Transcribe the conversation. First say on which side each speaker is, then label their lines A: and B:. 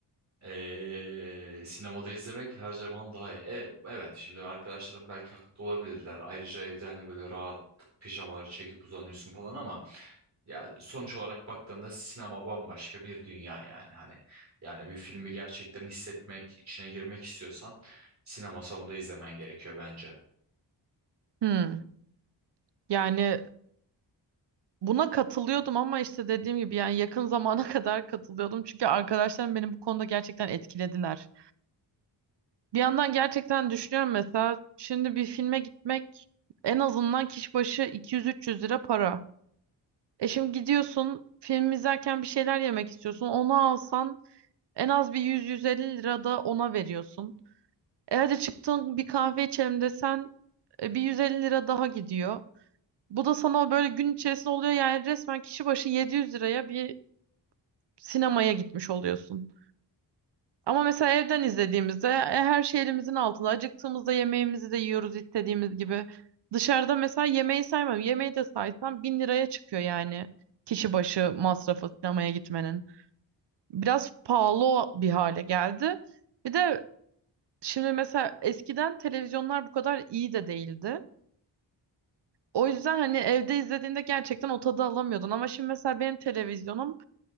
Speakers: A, on the right; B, on the right.
A: Ee, sinemada izlemek her zaman daha iyi. E, evet şimdi arkadaşlarım belki haklı olabilirler. Ayrıca evde hani böyle rahat pijamaları çekip uzanıyorsun falan ama Ya sonuç olarak baktığında sinema bambaşka bir dünya yani hani yani bir filmi gerçekten hissetmek, içine girmek istiyorsan sinema sonunda izlemen gerekiyor bence.
B: Hmm. Yani Buna katılıyordum ama işte dediğim gibi yani yakın zamana <laughs> kadar katılıyordum. Çünkü arkadaşlarım beni bu konuda gerçekten etkilediler. Bir yandan gerçekten düşünüyorum mesela şimdi bir filme gitmek en azından kişi başı 200-300 lira para. E şimdi gidiyorsun film izlerken bir şeyler yemek istiyorsun. Onu alsan en az bir 100-150 lira da ona veriyorsun. E hadi çıktın bir kahve içelim desen e, bir 150 lira daha gidiyor. Bu da sana böyle gün içerisinde oluyor yani resmen kişi başı 700 liraya bir sinemaya gitmiş oluyorsun. Ama mesela evden izlediğimizde e, her şey elimizin altında. Acıktığımızda yemeğimizi de yiyoruz istediğimiz gibi. Dışarıda mesela yemeği saymam. Yemeği de saysam bin liraya çıkıyor yani kişi başı masrafı sinemaya gitmenin. Biraz pahalı bir hale geldi. Bir de şimdi mesela eskiden televizyonlar bu kadar iyi de değildi. O yüzden hani evde izlediğinde gerçekten o tadı alamıyordun. Ama şimdi mesela benim televizyonum